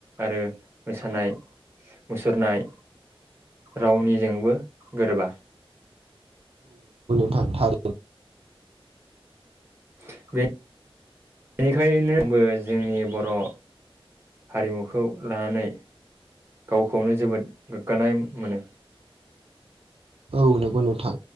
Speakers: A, on the right; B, on the right.
A: आरो मोसानाय मुसुरनाय रावनिजोंबो गोरोबा।
B: <unintelligible> थार
A: <unintelligible> बेनिखायनो आंबो जोंनि बर' हारिमुखौ लानानै गावखौनो जोबोद गोग्गानाय मोनो‌।
B: औ नंगौ नोंथां